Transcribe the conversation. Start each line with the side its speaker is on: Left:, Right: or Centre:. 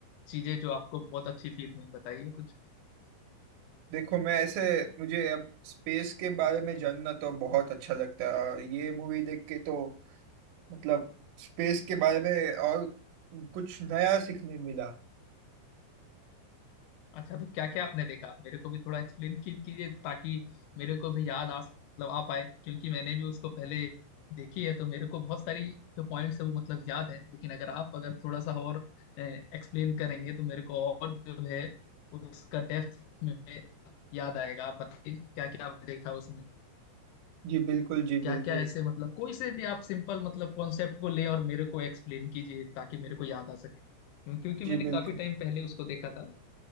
Left: चीजें जो आपको बहुत अच्छी फील हुई बताइए कुछ
Right: देखो मैं ऐसे मुझे अब स्पेस के बारे में जानना तो बहुत अच्छा लगता है और ये मूवी देख के तो मतलब स्पेस के बारे में और कुछ नया सीखने मिला
Left: अच्छा तो क्या क्या आपने देखा मेरे को भी थोड़ा एक्सप्लेन की, कीजिए ताकि मेरे को भी याद आ मतलब आ पाए क्योंकि मैंने भी उसको पहले देखी है तो मेरे को बहुत सारी जो पॉइंट्स है वो मतलब याद है लेकिन अगर आप अगर थोड़ा सा और एक्सप्लेन करेंगे तो मेरे को और जो है उसका डेप्थ में याद आएगा आप बताइए क्या क्या आपने देखा उसमें
Right: जी बिल्कुल जी
Left: क्या
Right: बिल्कुल
Left: क्या ऐसे मतलब कोई से भी आप सिंपल मतलब कॉन्सेप्ट को ले और मेरे को एक्सप्लेन कीजिए ताकि मेरे को याद आ सके क्यों- क्योंकि
Right: जी
Left: मैंने काफी
Right: बिल्कुल
Left: टाइम पहले उसको देखा था